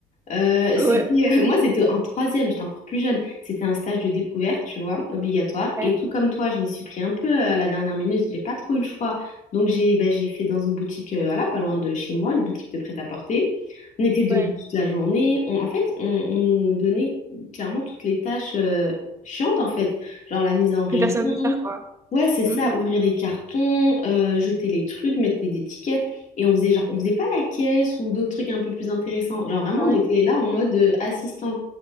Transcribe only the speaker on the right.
Ouais.
Ouais.
Ouais.
que personne ne peut faire, quoi.
Mhm.
Ouais.